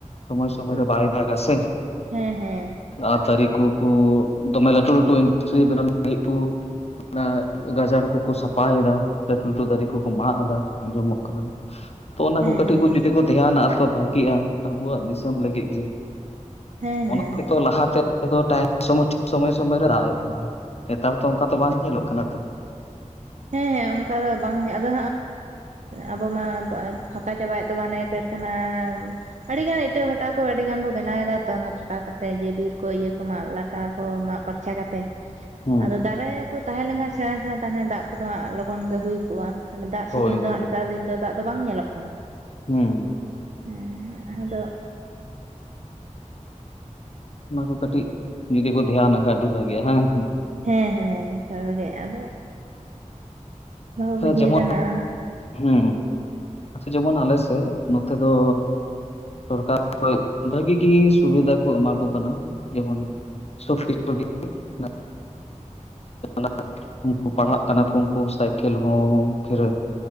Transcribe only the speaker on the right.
ᱦᱮᱸ ᱦᱮᱸ
ᱦᱮᱸ
ᱦᱮᱸ
ᱦᱮᱸ
ᱦᱮᱸ ᱚᱱᱠᱟ ᱫᱚ ᱵᱟᱝ ᱦᱚᱸᱜᱚᱭ ᱟᱫᱚ ᱟᱵᱚ ᱢᱟ ᱯᱟ ᱯᱷᱟᱸᱠᱟ ᱪᱟᱵᱟᱭᱮᱫ ᱛᱚᱵᱚ ᱦᱟᱱᱮ ᱠᱟᱹᱨᱠᱟᱱᱟ ᱟᱹᱰᱤ ᱜᱟᱱ ᱤᱴᱟᱹᱜ ᱵᱷᱟᱴᱟ ᱠᱚ ᱟᱹᱰᱤ ᱜᱟᱱ ᱵᱚ ᱵᱮᱱᱟᱣ ᱫᱟ ᱛᱚ ᱚᱱᱟ ᱯᱷᱟᱠᱟ ᱠᱟᱛᱮᱜ ᱜᱮ ᱵᱤᱨ ᱠᱚ ᱤᱭᱟᱹ ᱠᱚ ᱢᱟᱜ ᱞᱴ ᱼᱼ ᱛᱟ ᱠᱚ ᱢᱟᱜ ᱯᱷᱟᱨᱪᱟ ᱠᱟᱛᱮ
ᱟᱫᱚ ᱫᱟᱨᱮ ᱠᱚ ᱛᱟᱦᱮᱸᱞᱮᱱᱠᱷᱟᱱ ᱥᱮᱬᱟ ᱥᱮᱬᱟ ᱛᱟᱦᱞᱮ ᱱᱟᱜ ᱫᱟᱜ ᱠᱚᱫᱚ ᱦᱟᱸᱜ ᱞᱚᱜᱚᱱ ᱜᱮ ᱦᱩᱭ ᱠᱚᱜᱼᱟ᱾ ᱦᱟᱱᱮ ᱫᱟᱜ ᱥᱤᱡᱤᱱ
ᱫᱚ ᱱᱮᱛᱟᱨ ᱫᱤᱱ ᱫᱚ ᱫᱟᱜ ᱫᱚ ᱵᱟᱝ ᱧᱮᱞᱚᱜ ᱠᱟᱱᱟ᱾
ᱦᱮᱸ ᱟᱫᱚ
ᱦᱮᱸ ᱦᱮᱸ ᱱᱮᱛᱟᱨ ᱜᱮ ᱟᱫᱚ ᱦᱚ
ᱵᱩᱡᱷᱤᱭᱟᱹ
ᱫᱟᱱᱟ